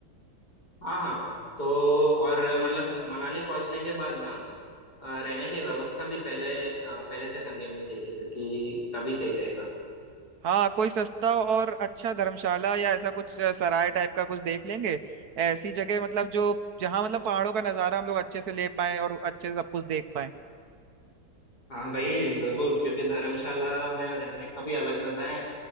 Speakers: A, on the left; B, on the right.
A: हाँ हाँ तो और अ, मतलब मनाली पहुंचने के बाद ना अ, रहने की व्यवस्था भी पहले अ, पहले से कर लेनी चाहिए क्योंकि तभी सही रहेगा
B: हाँ कोई सस्ता और अच्छा धर्मशाला या ऐसा कुछ अ, सराय टाइप का कुछ देख लेंगे ऐसी जगह मतलब जो जहाँ मतलब पहाड़ों का नज़ारा हम लोग अच्छे से ले पाए और अच्छे से सब कुछ देख पाए
A: हाँ भाई जरूर क्योंकि धर्मशाला में रहने का भी अलग मजा है